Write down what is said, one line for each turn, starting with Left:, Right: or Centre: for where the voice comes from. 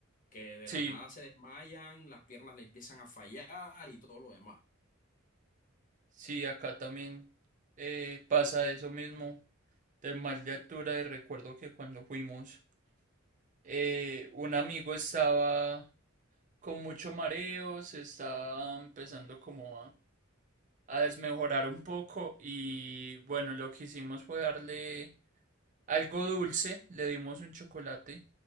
Left: que de
Right: Sí,
Left: la nada se desmayan, las piernas le empiezan a fallar y todo lo demás.
Right: sí, acá también eh, pasa eso mismo del mal de altura y recuerdo que cuando fuimos, eh, un amigo estaba con mucho mareo, se está empezando como a, a desmejorar un poco y bueno, lo que hicimos fue darle algo dulce, le dimos un chocolate